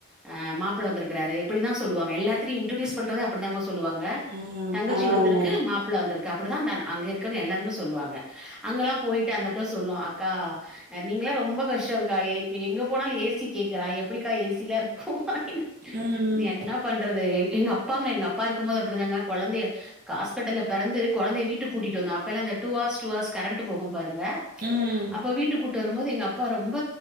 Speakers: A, in the centre; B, on the right.
A: ஹ மாப்பிள வந்திருக்கிறாரு இப்டிதா சொல்வாங்க எல்லாடத்திலேயு இன்ட்ரொட்யூஸ் பண்றதே அப்டிதாங்க சொல் சொல்லுவாங்க
B: ஆ
A: தங்கச்சி
B: பரவால்ல
A: வந்திருக்கு மாப் ருக்கு அப்படிதா தன் அங்க இருக்கங்க எல்லாருமே சொல்லுவாங்க அங்கெல்லா போயிட்டு அந்த பிளஸ் தொன்னு அக்கா அ நீங்களா ரொம்ப கஷ்டோங்கா எப்டி எங்க போனாலு ஏ சி கேக்குறா எப்டிக்கா ஏ சி லா இருக்கு படினு
B: ம்
A: என்ன பண்றது எங்க அப்பாங்க எங்க அப்பா இருக்குபோது அப்டிதாங்க கொழந்தைய காஸ்பிடல பிறந்து கொழந்தைய வீட்டுக்கு கூட்டிட்டு வந்த அப்பய்லா அந்த two horse two horse current போகு பாருங்க
B: ம்
A: அப்ப வீட்டுக்கு கூட் ட்டு வரும்போது எங்க அப்பா ரொம்ப